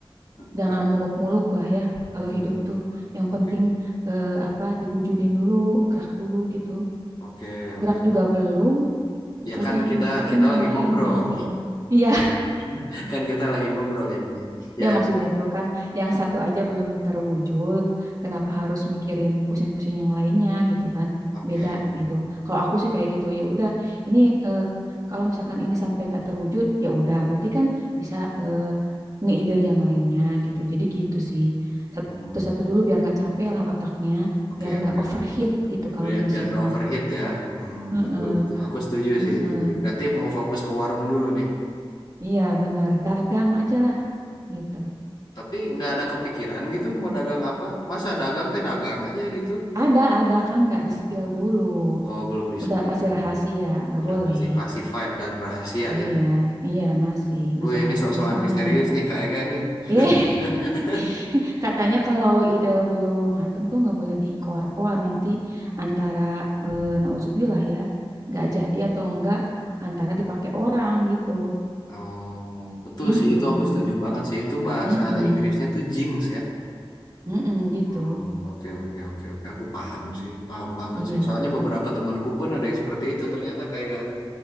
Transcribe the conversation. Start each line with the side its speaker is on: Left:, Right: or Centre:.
Left: Modal.
Right: Jangan muluk-muluk lah ya kalau
Left: Hmm,
Right: hidup tuh. Yang
Left: oke,
Right: penting eh, apa diwujudin dulu, gerak dulu gitu.
Left: oke, oke.
Right: Gerak juga belum,
Left: Ya
Right: udah
Left: kan kita
Right: nyiptain
Left: kita
Right: yang
Left: lagi
Right: lainnya
Left: ngobrol.
Right: gitu. Iya.
Left: <laughs> Kan kita lagi ngobrol ini. Ya
Right: Ya
Left: yang
Right: maksudnya tuh kan yang satu aja belum terwujud, kenapa harus mikirin pusing-pusing yang lainnya gitu kan?
Left: Oke.
Right: Beda gitu. Kalau aku sih kayak gitu, ya udah ini eh, kalau misalkan ini sampai nggak terwujud, ya udah berarti kan bisa eh, ngeide yang lainnya gitu. Jadi gitu sih. Satu-satu
Left: Hmm.
Right: dulu biar nggak capek lah otaknya,
Left: Oke,
Right: biar nggak
Left: oke.
Right: overheat gitu kalau
Left: Biar
Right: di mesin
Left: biar nggak
Right: mah.
Left: overheat ya. Hmm,
Right: Heeh,
Left: betul betul. Aku setuju
Right: heeh.
Left: sih itu sih. Berarti mau fokus ke warung dulu nih.
Right: Iya bener, dagang aja lah gitu.
Left: Tapi nggak ada kepikiran gitu mau dagang apa? Masa dagang teh dagang aja gitu.
Right: Ada, ada kan nggak di spill dulu.
Left: Oh, belum di
Right: Udah
Left: speed.
Right: masih rahasia, nggak
Left: Sudah
Right: boleh.
Left: pasti classified dan rahasia
Right: Iya,
Left: ya.
Right: iya masih masih
Left: Wih, ini
Right: rahasia
Left: sok-sokan
Right: soalnya.
Left: misterius nih Kak Ega nih.
Right: Eh,
Left: <laughs>
Right: <laughs> katanya kalau ide belum mateng tuh nggak boleh dikoar-koar nanti antara eh, nauzubillah ya, nggak jadi atau enggak antara dipakai orang gitu.
Left: Oh, betul
Right: Mm-mm,
Left: sih itu aku setuju banget sih. Itu bahasa
Right: mm-mm,
Left: Inggrisnya tuh jinx ya.
Right: mm-mm gitu.
Left: Hmm, oke oke oke oke aku paham sih paham banget
Right: Iya,
Left: sih soalnya beberapa temanku pun ada yang seperti itu ternyata kayak gak